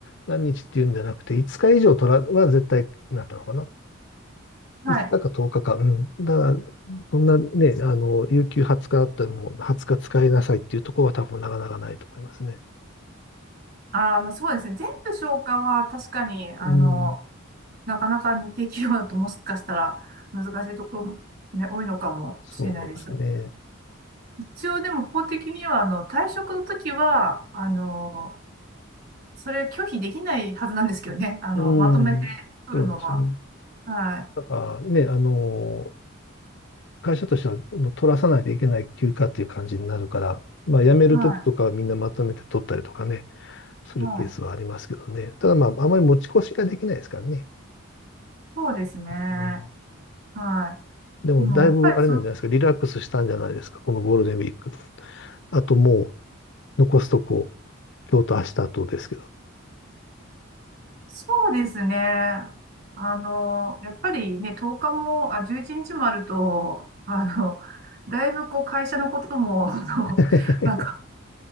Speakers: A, on the left; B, on the right.
A: 何日っていうんじゃなくて、5日以上取らは絶対なったのかな。
B: はい。
A: 5日か10日かか。うん。だから、そんなね、あの、有給20日あったらもう20日使いなさいっていうところは多分なかなかないと思いますね。
B: あー、まあ、そうですね。全部消化は確かに、あの、
A: うん。
B: なかなか日系企業だともしかしたら難しいところもね、多いのかもしれないですよね。
A: そうですね。
B: 一応でも法的には、あの、退職の時は、あの、それ拒否できないはずなんですけどね。あの、
A: うん。
B: まとめて取るのは。
A: そうですね。
B: はい。
A: だからね、あの、会社としてはもう取らさないといけない休暇っていう感じになるから、まあ辞めるときとかはみんなまとめて取ったりとかね、
B: は
A: するケースはありますけどね。
B: い。はい。
A: ただまあ、あまり持ち越しができないですからね。
B: そうですね。
A: うん
B: はい。
A: でも、
B: でも、
A: だいぶあれなんじゃないですか、
B: やっぱりそ、
A: リラックスしたんじゃないですか、このゴールデンウィーク。あとも残すとこ、今日と明日とですけど。
B: そうですね。あの、やっぱりね、10日も、あ、11日もあると、あの、だいぶこう、会社のことも、あの、
A: <laughs>
B: まあ、考